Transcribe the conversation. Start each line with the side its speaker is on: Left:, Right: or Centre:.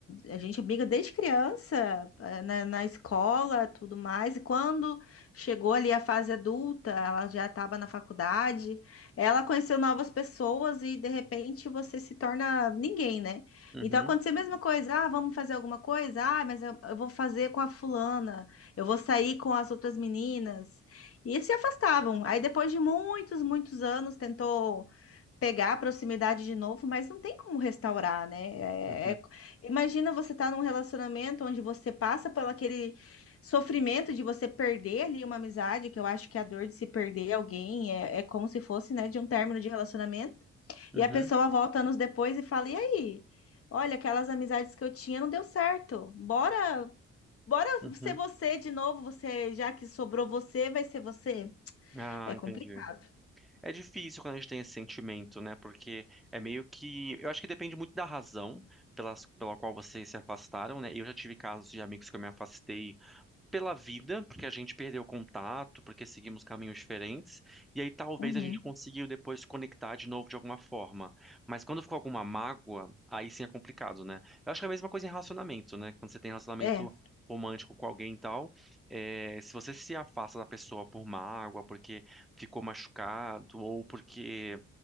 Left: a gente é amiga desde criança, eh, na, na escola, tudo mais. E quando chegou ali a fase adulta, ela já estava na faculdade, ela conheceu novas pessoas e de repente você se torna ninguém, né?
Centre: Uhum.
Left: Então aconteceu a mesma coisa, ah, vamos fazer alguma coisa? Ah, mas eu, eu vou fazer com a fulana, eu vou sair com as outras meninas. E se afastavam. Aí depois de muitos, muitos anos, tentou pegar a proximidade de novo, mas não tem como restaurar, né?
Centre: uhum.
Left: É- é- imagina você estar num relacionamento onde você passa por aquele sofrimento de você perder ali uma amizade, que eu acho que a dor de se perder alguém é, é como se fosse, né, de um término de relacionamento.
Centre: Uhum,
Left: E a pessoa volta anos depois e fala: E aí? Olha, aquelas amizades que eu tinha não deu certo. Bora, bora
Centre: uhum.
Left: ser você de novo. Você, já que sobrou você, vai ser você.
Centre: Ah,
Left: É
Centre: entendi.
Left: complicado.
Centre: É difícil quando a gente tem esse sentimento, né? Porque é meio que. Eu acho que depende muito da razão pelas, pela qual vocês se afastaram, né? Eu já tive casos de amigos que eu me afastei pela vida, porque a gente perdeu contato, porque seguimos caminhos diferentes, e aí talvez
Left: Uhum.
Centre: a gente conseguiu depois se conectar de novo de alguma forma. Mas quando ficou alguma mágoa, aí sim é complicado, né? Eu acho que é a mesma coisa em relacionamento, né? Quando você tem relacionamento
Left: É.
Centre: romântico com alguém e tal, é, se você se afasta da pessoa por mágoa, porque ficou machucado, ou porque